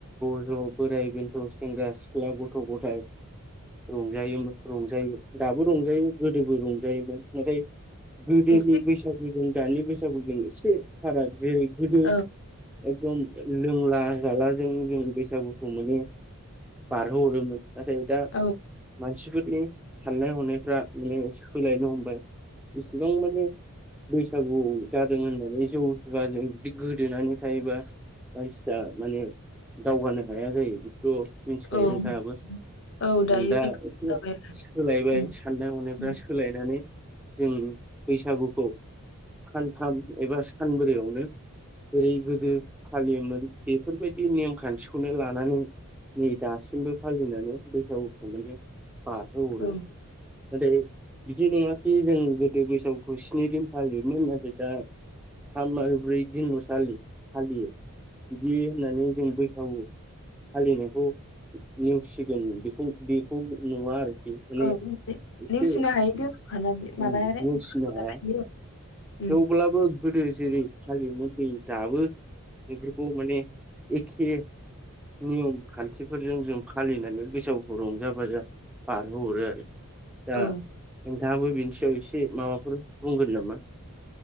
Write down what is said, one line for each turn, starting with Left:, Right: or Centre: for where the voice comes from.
Centre: ज' ज' बोराय बेन्थ' सेंग्रा सिख्ला गथ' गथाय रंजायोमोन रंजायो दाबो रंजायो गोदोबो रंजायोमोन नाथाय गोदोनि
Left: एसे
Centre: बैसागुजों दानि बैसागुजों एसे फाराग जेरै गोदो
Left: औ
Centre: एकदम लोंला जाला जों जों बैसागुखौ मानो बारहोहरोमोन नाथाय दा
Left: औ
Centre: मानसिफोरनि साननाय हनायफ्रा माने सोलायनो हमबाय इसेबां माने बैसागु जादों होननानै जौ जुवाजों जुदि गोदोनानै थायोबा मानसिया माने दावगानो हाया जायो बिखौ मिनथिखायो
Left: औ
Centre: नोंथाङाबो
Left: औ दायो
Centre: दा
Left: खोनानो
Centre: एसे
Left: जाबाय
Centre: सोलायबाय
Left: आरो
Centre: साननाय हनायफ्रा
Left: उम
Centre: सोलायनानै नै जों बैसागुखौ सानथाम एबा सानब्रैयावनो जेरै गोदो फालियोमोन बेफोरबायदि नेमखान्थिखौनो लानानै नै दासिमबो फालिनानै बैसागु खुंलायदों बाहो हरो
Left: उम
Centre: नाथाय बिदि नंङाखि जों गोदो बैसागुखौ स्नि दिन फालियोमोन नाथाय दा थाम आरो ब्रै दिनल सालि फालियो बिदि होननानै जों बैसागु फालिनायखौ नेवसिग जों बेखौ बेखौ नुवा आरोखि माने
Left: औ ने
Centre: एसे
Left: नेवसिनो हायि दोरोंखाना बेयो माबायानो
Centre: नेवसिनो
Left: <unintelligible>
Centre: हाया थेवब्लाबो
Left: उम
Centre: गोदो जेरै फालियोमोन बे दाबो बेफोरखौ माने एखे नियम खान्थिफोरजों जों फालिनानै बैसागुखौ रंजा बाजा बारहो हरो आरो दा
Left: औ
Centre: हाबो बिनि सयाव एसे माबाफोर बुंगोन नामा?